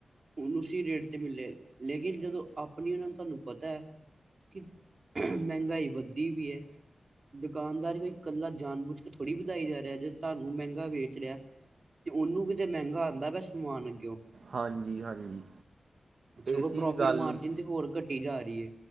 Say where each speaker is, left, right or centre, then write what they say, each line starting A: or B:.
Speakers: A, on the right; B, on the right.
A: ਹੁਨ ਉਸੀ ਰੇਟ ਤੇ ਮਿਲੇ ਲੇਕਿਨ ਜਦੋਂ ਆਪਣੀ ਉਹ ਨੂੰ ਤੁਹਾਨੂੰ ਪਤਾ ਹੈ। ਕਿ ਮਹਿੰਗਾਈ ਵੱਧਦੀ ਵੀ ਹੈ। ਦੁਕਾਨਦਾਰ ਕੋਈ ਇਕੱਲਾ ਜਾਣ ਬੁਝ ਕੇ ਥੋੜੀ ਵਧਾਈ ਜਾ ਰਿਹਾ ਜੇ ਤੁਹਾਨੂੰ ਮਹਿੰਗਾ ਵੇਚ ਰਿਹਾ ਤੇ ਉਹਨੂੰ ਵੀ ਤਾਂ ਮਹਿੰਗਾ ਆਉਂਦਾ ਵੇਆ ਸਮਾਨ ਅੱਗੇਔ।
B: ਹਾਂਜੀ- ਹਾਂਜੀ।
A: ਸਗੋਂ
B: ਇਸੀ
A: ਪ੍ਰੋਫਿਟ
B: ਦੀ ਗੱਲ
A: ਮਾਰਜਿਨ
B: ਨੂੰ
A: ਤੇ ਹੋਰ ਘੱਟੀ ਜਾ ਰਹੀ ਹੈ।